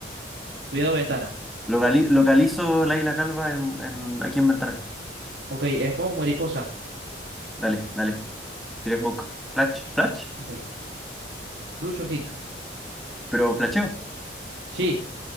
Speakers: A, on the right (about 75°); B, in the centre.
A: Cuidado ventana.
B: Locali- localizo la isla calva en, en- aquí en ventana.
A: Ok, smoke mariposa.
B: Dale, dale. Tiré smoke. Flash, flash.
A: Ok. Clutch o kick.
B: Pero flasheo.
A: Sí,